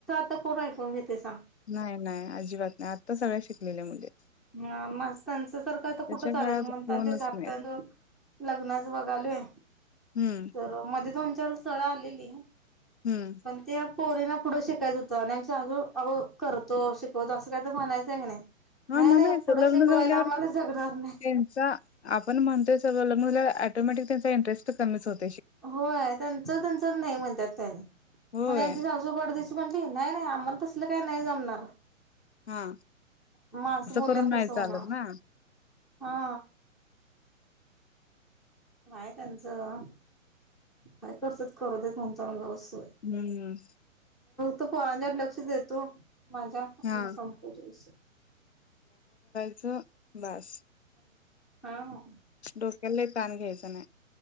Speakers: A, in the centre; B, on the left.
A: तर कोण ऐकून घेतय सांग?
B: नाही, नाही! अजिबात नाही. आत्ता सगळ्या शिकलेल्या मुली- आहेत.
A: ह म त्यांच सारखं आता
B: त्याच्या
A: कुठं चालेल
B: काळात
A: म्हणता
B: फोनच
A: आणि
B: नाहीत
A: ते <unintelligible> लग्नास वघालोय
B: हम्म
A: तर मध्येतन चार स्थळं आलेली
B: हम्म
A: पण ते पोरीना पुढं शिकायच होतं आणि आहो करतो शिकवतो असं काही तर म्हणायचं की नाही?
B: हा,
A: नाही
B: म्हणायचं
A: नाही पुढं
B: लग्न
A: शिकवायला
B: झाल्यावर
A: आम्हाला जगणार नाही
B: त्यांचा, आपण म्हणतोय सगळ ल मुलं ऑटोमॅटिक त्यांचा इंटरेस्ट कमीच होतो.
A: होय त्यांच त्यांच नाही म्हणतात त्यांनी
B: होय
A: पण आमची सासू पट दिशी म्हटली नाही नाही आम्हाला तसलं काही नाही जमणार.
B: हा
A: मग असं बोल्यावर
B: करून नाही
A: कसं
B: चालत
A: होणार?
B: ना
A: हा.. काय त्यांचं? काय करतत करू देत म्हणचालऊस
B: हम्मम
A: तो पोरांच्या लक्ष देतो. माझ्या आणि
B: हा
A: संपूर् विष
B: च बास..
A: हा ह
B: डोक्याला लई ताण घ्यायचा नाही.